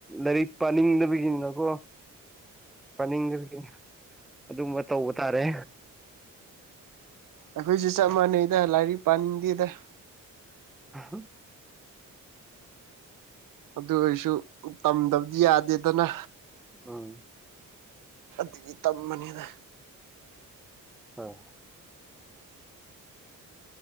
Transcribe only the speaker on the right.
ꯑꯩꯈꯣꯏꯁꯨ ꯆꯞ ꯃꯥꯟꯅꯩꯗ ꯂꯥꯏꯔꯤꯛ ꯄꯥꯅꯤꯡꯗꯦꯗ
ꯑꯗꯨ ꯑꯣꯏꯔꯁꯨ ꯇꯝꯗꯕꯗꯤ ꯌꯥꯗꯦꯗꯅ
ꯑꯗꯨꯒꯤ ꯇꯝꯕꯅꯤꯗ